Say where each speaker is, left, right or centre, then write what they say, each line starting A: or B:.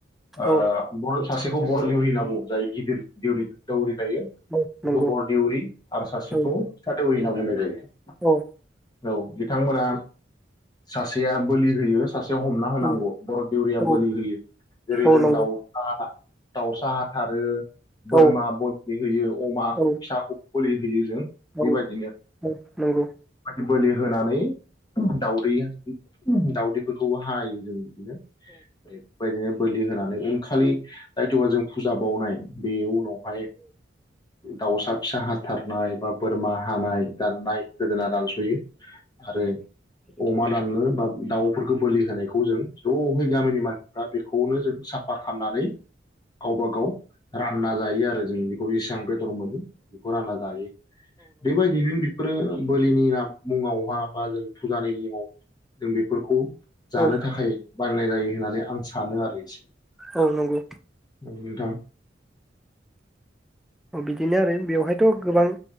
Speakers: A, on the left; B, in the centre.
A: ओ
B: औ
A: बर सासेखौ बर' देउरि होन बो बुं जायो गिदिर दरि दौरि बेखौ
B: औ नंगौ
A: बरदेउरि आरो सासेखौ'
B: औ
A: फिसा दौरि होनना बुं बुंनाय जायो
B: औ
A: औ बिथांमोना सासेया बोलि होयो सासे हमना होनांगौ
B: औ
A: बर' देउरिया
B: औ
A: बोलि होयो जेरै
B: औ
A: जों
B: नंगौ
A: दाउसा दाउसा हाथारो बोरमा
B: औ औ
A: बोलि होयो अमा
B: औ
A: फिसाखौ बोलि होयो जों
B: औ
A: बेबायदिनो
B: औ नंगौ
A: माने बोलि होनानै दाउदैया दाउदैफोरखौबो हायो जों बिदिनो बेफोरबायदिनो बोलि होनानै उनखालि जायथबा जों फुजा बावनाय बेयाव बेवहाय दाउसा फिसा हाथारनाय बा बोरमा हानाय दाननाय गोदोना दानस'नाय आरो अमा दाननो बा दाउफोरखौ बोलि होनायखौ जों ज'है गामिनि मानसिफ्रा बेखौनो जों साफा खालामनानै गावबा गाव रानना जायो आरो जों बेखौ जेसेबां बेदर मोनो बेखौ रानना जायो बेबायदियैनो बेफोरो बोलिनि नाम मुङावहा बा जों फुजानि मुङाव जों बेफोरखौ जानो
B: औ
A: थाखाय बायनाय जायो होननानै आं सानो आरो एसे
B: औ नंगौ
A: औ नोंथां
B: बिदिनो आरो बेवहायथ' गोबां